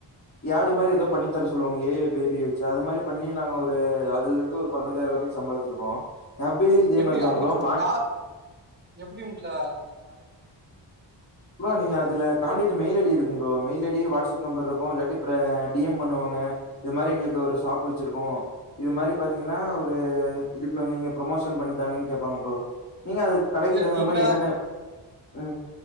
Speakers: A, on the left; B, on the right.
A: யேடு மாரி எதோ பண்ணித் தர சொல்லுவாங்க ஏ ஐ பேபிய வச்சு அது மாரி பண்ணி நாங்க ஒரு அதுல இருந்து ஒரு பதினஞ்சாயிரோ வரைக்கு சம்பாதிச்சிருக்கோ எஃப் பி லயு இதே
B: எப்டி
A: மாரிதா
B: அவங்கில்ல
A: ப்ரோ மாட்
B: யார் எப்டி உங்கள அவங்க கான்டாக்ட் பண்ணாங்க எப்படி?
A: ப்ரோ
B: யாரு?
A: நீங்க அதுல காண்டாக்ட் மெயில் ஐ டி இருக்கும் bro mail I D WhatsApp number இருக்கு இல்லாட்டி ப்ற டி எம் பண்ணுவாங்க இது மாரி எங்களுக்கு ஒரு ஷாப்பு வச்சிருக்கோ இது மாரி பாத்தீங்கன்னா ஒரு இதுக்கு வந்து நீங்க ப்ரொமோஷன் பண்ணித்தாங்கன்னு கேப்பாங்க ப்ரோ நீங்க அதுக்கு கடைக்கு
B: இல்ல
A: தகுந்த
B: நீங்களா
A: மாரி என்னென்ன ம்